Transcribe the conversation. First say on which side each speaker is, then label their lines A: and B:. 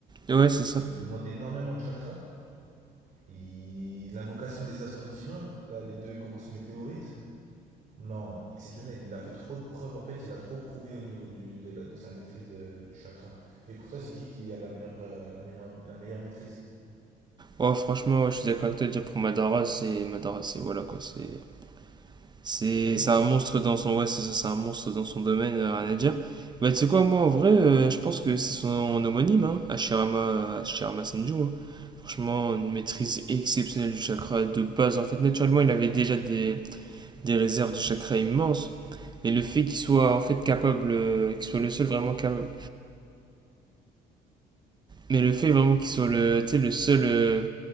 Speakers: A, on the right; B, on the right.
A: Ouais, c'est
B: ce
A: ça.
B: qui demande énormément de chakras. Il- L'invocation des astres divins, là, les deux grosses météorites, Non, exceptionnel. Il a fait trop de preuves. En fait, il a trop prouvé au niveau du, de, la- de sa maîtrise de- du chakra. Et pour toi, c'est qui qui a la meilleure, euh, la meilleure, la meilleure maîtrise?
A: Oh, franchement, ouais, je suis d'accord avec toi, déjà pour Madara, c'est. Madara, c'est. Voilà quoi, c'est. C'est
B: C'est le
A: c'est
B: GOAT.
A: un monstre dans son ouais, c'est ça, c'est un monstre dans son domaine, euh, rien à dire. Bah tu sais quoi, moi en vrai, euh, je pense que c'est son homonyme, hein, Hashirama, Hashirama Senju. hein. Franchement, une maîtrise exceptionnelle du chakra de base. En fait, naturellement, il avait déjà des, des réserves de chakra immenses, mais le fait qu'il soit en fait capable, euh, qu'il soit le seul vraiment capable, mais le fait vraiment qu'il soit le, tu sais, le seul euh,